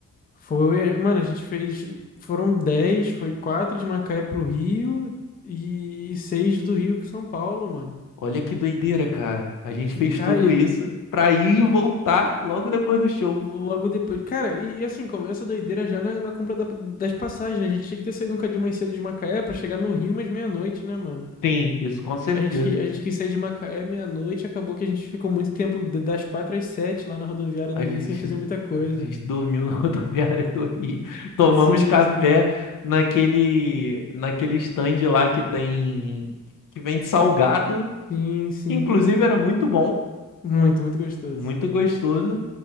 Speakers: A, on the left (about 30°); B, on the left (about 75°).
A: Foi, mano, a gente fez, foram dez, foi quatro de Macaé pro Rio e, e 6 do Rio com São Paulo, mano.
B: Olha que doideira, cara. A gente fez
A: Cara,
B: tudo
A: e
B: isso pra ir e voltar logo depois do show.
A: logo depois, cara, e, e assim, começa a doideira já na, na compra da- das passagens, né? A gente tinha que ter saído um cadinho mais cedo de Macaé pra chegar no Rio mais meia-noite, né, mano?
B: Sim, isso com certeza.
A: A gente, que- a gente quis sair de Macaé meia-noite, acabou que a gente ficou muito tempo d- das quatro às sete lá na rodoviária
B: A
A: do Rio
B: gente,
A: sem fazer muita coisa.
B: a gente dormiu na <laughs> rodoviária do Rio. Tomamos
A: Sim,
B: café
A: sim,
B: naquele, naquele stand lá que tem, que vende salgado,
A: sim, sim.
B: que inclusive era muito bom,
A: Muito, muito gostoso.
B: muito gostoso.